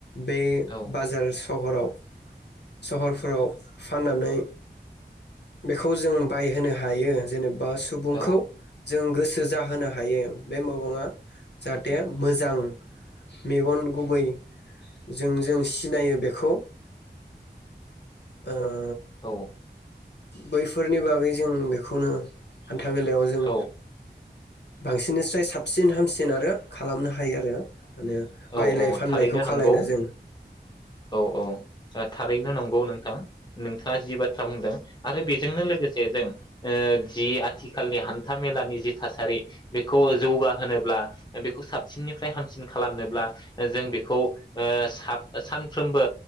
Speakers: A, on the left; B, on the left.
A: बे
B: औ
A: बाजार स सहराव सहरफोराव फाननानै बेखौ जों बायहोनो हायो जेने बा सुबुंखौ
B: औ
A: जों गोसो जाहोनो हायो। बे मोगङा जाहाथे मोजां मेगन गुबै जों जों सिनायो बेखौ ओह
B: औ
A: बैफोरनि बागै जों बेखौनो हान्था मेलायाव जों
B: औ
A: बांसि निस्राय साबसिन हामसिन आरो खालामनो हायो आरो । माने
B: औ
A: बायलाय
B: औ
A: फानलायखौ
B: थारैनो नंगौ
A: खालायनो जों
B: औ औ ओ थारैनो नंगौ नोंथां नोंथाङा जि बाथ्रा बुंदों आरो बेजोंनो लोगोसे जों ओह जि आथिखालनि हान्थामेलानि जि थासारि बेखौ जौगाहोनोब्ला बेखौ साबसिननिफ्राय हामसिन खालाम नोब्ला जों बेखौ ओह सा सानफ्रोमबो